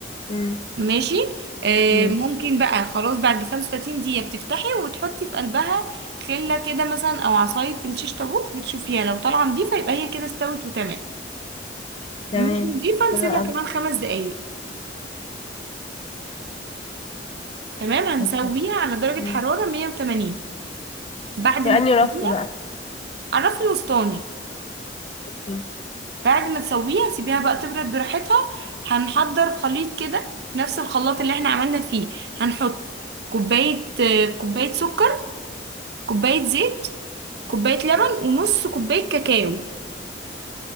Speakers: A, on the left; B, on the right.
A: مم.
B: ماشي آه
A: ماشي
B: ممكن بقى خلاص بعد 35 دقيقه بتفتحي وتحطي في قلبها خله كده مثلا او عصايه الشيش طاووق بتشوفيها لو طالعه نضيفه يبقى هي كده استوت وتمام
A: تمام
B: مش نضيفه
A: حلو
B: نسيبها
A: اوي
B: كمان خمس دقايق تمام هنسويها
A: قدام
B: على درجه
A: مم.
B: حراره 180 بعد
A: في
B: ما
A: انهي
B: تسويها
A: رف بقى
B: عرفي الوسطاني
A: اوكي
B: بعد ما تسويها سيبيها بقى تبرد براحتها هنحضر خليط كده في نفس الخلاط اللي احنا عملنا فيه هنحط كوباية آه، كوباية سكر كوباية زيت كوباية لبن ونص كوباية كاكاو